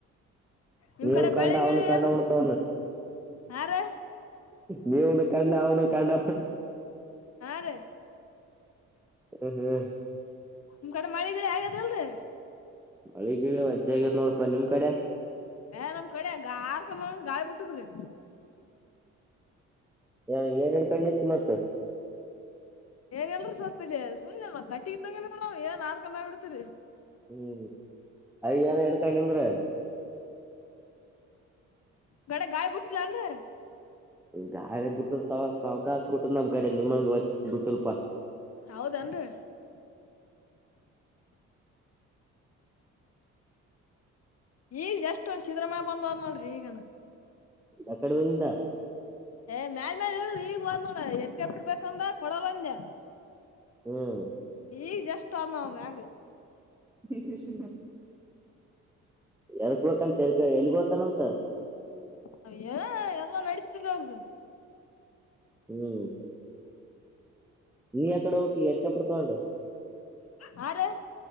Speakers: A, on the left (about 45°); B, in the centre.
A: ನಿಮ್
B: ನೀವು
A: ಕಡೆ
B: ಕಂಡ
A: ಬೆಳಿ ಗಿಳಿ
B: ಅವನು ಕಂಡ
A: ಏನು
B: ಅವನು ತ
A: ಹಾ ರೀ
B: ನೀವನು ಕಣ್ಣ ಅವನು ಕಣ್ಣ
A: ಹಾ ರೀ
B: ಹ್ಮ್ ಹ್ಮ್
A: ನಿಮ್ ಕಡೆ ಮಳೆಗಡೆ ಆಗ್ಯದ ಅಲ್ರಿೀ
B: ಮಳಿಗಿಳ ಅಜ್ಜ ಆಗ್ಯದ ನೋಡಪ ನಿಮ್ ಕಡೆ
A: ಏ ನಮ್ ಕಡೆ ಗಾರ್ ಕಮ್ಮ ಗಾಳಿ ಬಿಟ್ಟತ್್ರೀ
B: ಎರ ಎಡು ಕಣ ಇತ್ತು ಮತ್ತ
A: ಏನ್ ಎಲ್ರರಿ ಸ್ವಲ್ಪ ಇ ಸು್ನೆ ಕಟ್ಟಿ ಇದ್ದಂಗ ಏನ್ ಆಾರ್ ಕಮ್ಮಿ ಬಿಡ್ತರಿ
B: ಹ್ಮ್ ಅಯ್ಯಏನ ಹಡ್ಕಂದ್ರೆ
A: ಗಡೆ ಗಾಯ ಬಿುಟ್ಟಿಲ್ಲ ಅನ್್ರ
B: ಈ ಗಾರಿ ಬಿಟ್ಟು ಅವಕಾಶ ಕೊಟ್ಟದ ನಮ್ ಕಡೆ ನಿಮ್ಮಂಗ ಬಿಟ್ಟಲ್ಪಾ
A: ಹೌದೇನ್ರಿ ಈಗ ಜಷ್ಟಟ್ ಒಂದ್ ಶಿದ್ರಮಯ ಬಂದ್ ಅದ್ ನೋಡ್ರಿ ಈಗನ
B: ಯ ಕಡೆ ಬಂದಿಂದ
A: ಏ ಮ್ಯಾಲಲ್ ಮೇಾಲ ಹೇಳ ಈಗ ಬಂದ ನೋಡ ಎಕ ಬಿಡ್ಬೇಕಂದ್ರ ಕೊಡ ಬಂದೆ
B: ಹ್ಮ್
A: ಈಗ ಜಷ್ಟು ಅಮ ಮ್ಯಾಗ
B: ಜಯ ಶ ಶಕ <unintelligible> ಎದಕ್ ಬಂತ ಎಕ ಎಲ್ಗತಾನಂತ
A: ಅವ ಏನ ಎಲ್ಲ ನಡತರ ಅವ್ರ್ದ
B: ಹ್ಮ್ ನೀ ಅ ಕಡೆ ನೋಕಿ ಎನಕ್ಕೆಪಡ್ ತೊಂಡ
A: ಹಾ ರೀ